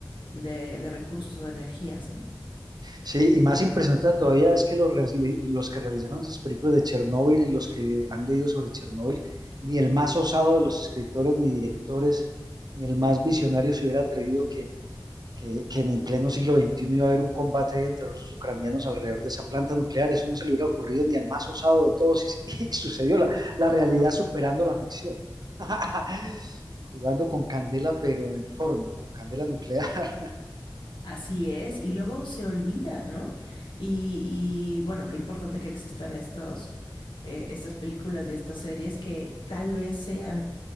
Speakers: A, on the left (about 80°); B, on the right (about 55°).
A: de, de recursos o de energías, ¿no?
B: Sí, y más impresionante todavía es que los, resli- los que realizaron esas películas de Chernóbil y los que han leído sobre Chernóbil, ni el más osado de los escritores ni directores, ni el más visionario se hubiera atrevido que que, que en el pleno siglo XXI iba a haber un combate entre rusos y ucranianos alrededor de esa planta nuclear. Eso no se le hubiera ocurrido ni al más osado de todos y, <laughs> y sucedió la, la, realidad superando la ficción. <laughs> Jugando con candela, pero en forma, con candela nuclear. <laughs>
A: Así es, y luego se olvida, ¿no? Y, y, bueno, qué importante que existan estos, eh, estas películas y estas series que tal vez sean